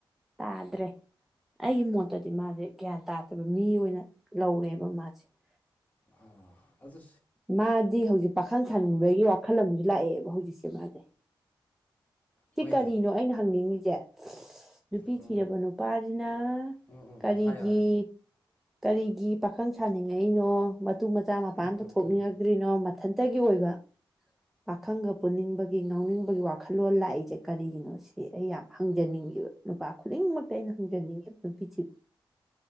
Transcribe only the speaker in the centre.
ꯇꯥꯗ꯭ꯔꯦ ꯑꯩꯒꯤ ꯃꯣꯠꯇꯗꯤ ꯃꯥꯁꯦ ꯒ꯭ꯌꯥꯟ ꯇꯥꯗꯕ ꯃꯤ ꯑꯣꯏꯅ ꯂꯧꯔꯦꯕ ꯃꯥꯁꯦ <inaudible>
ꯃꯥꯗꯤ ꯍꯧꯖꯤꯛ ꯄꯥꯈꯪ ꯁꯟꯕꯒꯤ ꯋꯥꯈꯜ ꯑꯃꯁꯨ ꯂꯥꯛꯑꯦꯕ ꯍꯧꯖꯤꯛꯁꯦ ꯃꯥꯁꯦ ꯁꯤ
ꯀꯔꯤꯅꯣ ꯑꯩꯅ ꯍꯪꯅꯤꯡꯉꯤꯁꯦ ꯅꯨꯄꯤ
ꯊꯤꯔꯕ ꯅꯨꯄꯥꯁꯤꯅ
ꯀꯔꯤꯒꯤ
ꯀꯔꯤꯒꯤ ꯄꯥꯈꯪ ꯁꯥꯅꯤꯡꯉꯛꯏꯅꯣ ꯃꯇꯨ ꯃꯆꯥ ꯃꯄꯥ
ꯑꯗ
ꯀꯣꯛꯅꯤꯡꯉꯛꯇ꯭ꯔꯤꯅꯣ
ꯃꯊꯟꯇꯒꯤ ꯑꯣꯏꯕ ꯄꯥꯈꯪꯒ ꯄꯨꯅꯤꯡꯕꯒꯤ ꯉꯥꯎꯅꯤꯡꯕꯒꯤ ꯋꯥꯈꯜꯂꯣꯟ ꯂꯥꯛꯏꯁꯦ ꯀꯔꯤꯒꯤꯅꯣ ꯁꯤ ꯑꯩ ꯌꯥꯝ ꯍꯪꯖꯅꯤꯡꯉꯤ ꯅꯨꯄꯥ ꯈꯨꯗꯤꯡꯃꯛꯇ ꯑꯩꯅ ꯍꯪꯖꯅꯤꯡꯉꯤ ꯅꯨꯄꯤꯁꯤ